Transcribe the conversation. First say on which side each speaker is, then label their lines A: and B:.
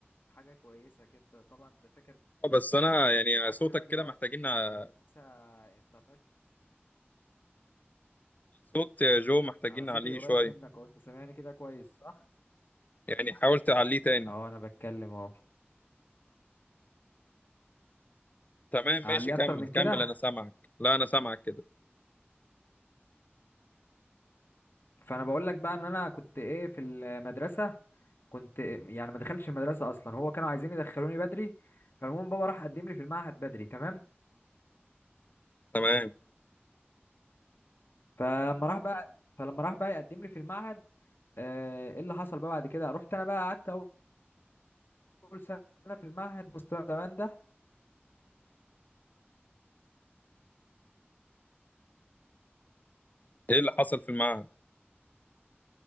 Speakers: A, on the left (about 60°); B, on the left (about 40°).
A: حاجه كويسه كده طبعا انت فاكر
B: آه، بس
A: تفكير
B: انا
A: بقى
B: يعني
A: عكس
B: صوتك
A: بقى دلوقتي
B: كده محتاجين ع-
A: بس انترنت
B: صوت يا جو محتاجين
A: انا صوتي
B: عليه
A: قريب
B: شويه
A: منك اهو انت سامعني كده كويس صح
B: يعني حاول تعليه تاني
A: اهو انا بتكلم اهو
B: تمام ماشي
A: اعليه
B: كمل
A: اكتر من
B: كمل
A: كده
B: انا سامعك لا انا سامعك كده
A: فانا بقول لك بقى ان انا كنت ايه في المدرسه كنت يعني ما دخلتش المدرسه اصلا هو كانوا عايزين يدخلوني بدري فالمهم بابا راح قدم لي في المعهد بدري تمام
B: تمام
A: فلما راح بقى فلما راح بقى يقدم لي في المعهد آه، ايه اللي حصل بقى بعد كده رحت انا بقى قعدت اول سنه في المعهد مستوى زمان ده
B: ايه اللي حصل في المعهد